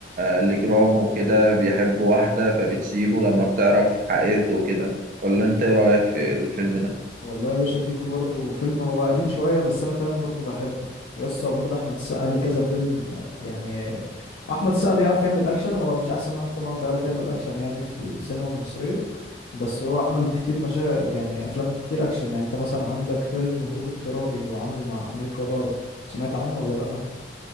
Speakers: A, on the right; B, on the left.
A: الجرام وكده بيحب واحدة فبتسيبه لما بتعرف حقيقته وكده ولا انت ايه رأيك في الفيلم ده
B: والله يا باشا تيتو برضو فيلم هو قديم شوية بس أنا فاهم برضو بحبه يسطا وبرضه أحمد السقا ليه كذا فيلم آه، يعني أحمد السقا بيعرف يعمل أكشن هو مش أحسن واحد طبعا بيعرف يعمل أكشن يعني في السينما المصرية بس هو عمل كتير مشا يعني أفلام كتير أكشن يعني أنت مثلا عندك فيلم هروب اضطراري هو عامله مع أمير كرارة سمعت عنه ولا لأ؟